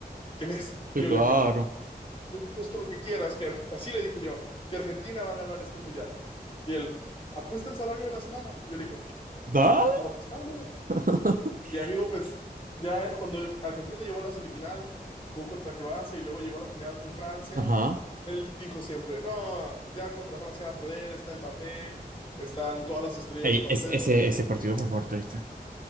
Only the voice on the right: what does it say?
Sí,
claro.
Dale.
<laughs>
Ajá.
Ey,
es- ese, ese partido fue fuerte, ¿viste?